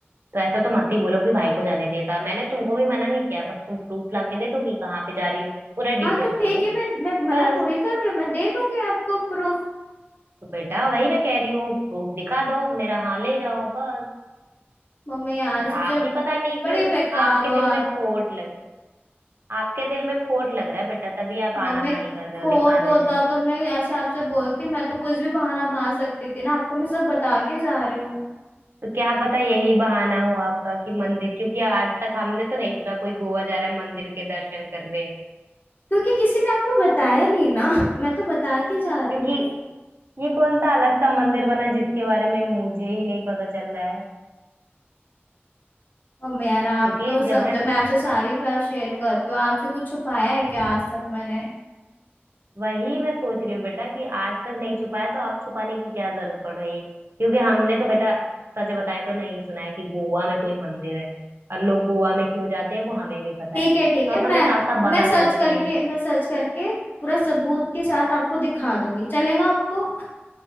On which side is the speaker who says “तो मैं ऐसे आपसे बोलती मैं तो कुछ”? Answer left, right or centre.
Left